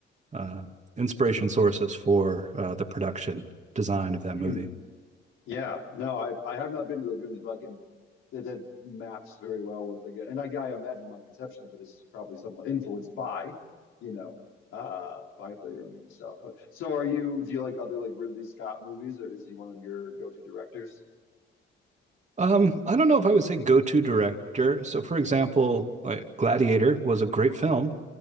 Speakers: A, on the right; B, on the left.
A: uh, inspiration sources for uh, the production design of that
B: mm.
A: movie.
B: Yeah, no, I I have not been to those villages, but I can that that maps very well with again, and I, I imagine my conception of it is probably somewhat influenced by, you know, uh, by Blade Runner itself. But so, are you? Do you like other like Ridley Scott movies, or is he one of your go-to directors?
A: Um, I don't know if I would say go-to director. So, for example, like Gladiator was a great film,